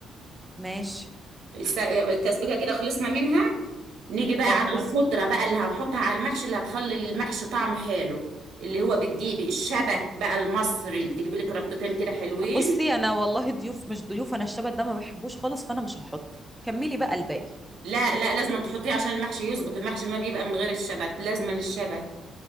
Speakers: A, in the centre; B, on the right.
A: ماشي
B: الس- التسبيكة كده خلصنا منها نيجي بقى على
A: اه كده
B: الخضرة
A: خلص
B: بقى اللي هنحطها على المحشي اللي هتخلي المحشي طعم حلو اللي هو بتجيبي الشبك بقى المصري تجيبي لك ربطتين كده حلوين
A: بصي انا والله ضيوف مش ضيوف انا الشبت ده ما بحبوش خالص فانا مش هحط كملي بقى الباقي
B: لا لا لازم تحطيه عشان المحشي يظبط المحشي ما بيبقى من غير الشبت لازم الشبت